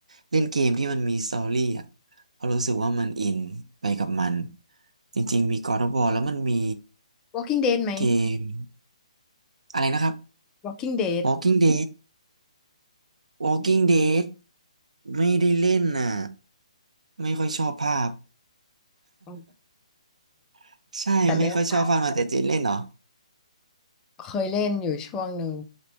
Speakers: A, on the right; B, on the left.
A: เล่นเกมที่มันมีสตอรี่อ่ะเพราะรู้สึกว่ามันอินไปกับมันจริงๆมี God of War แล้วมันมี
B: Walking Dead ไหม
A: เกมอะไรนะครับ
B: Walking Dead
A: Walking Dead Walking Dead ไม่ได้เล่นน่ะไม่ค่อยชอบภาพ
B: อืม
A: <laughs> ใช่ไม่ค่อยชอบภาพมาแต่เจนเล่นเหรอ
B: แต่เนื้อหาเคยเล่นอยู่ช่วงหนึ่ง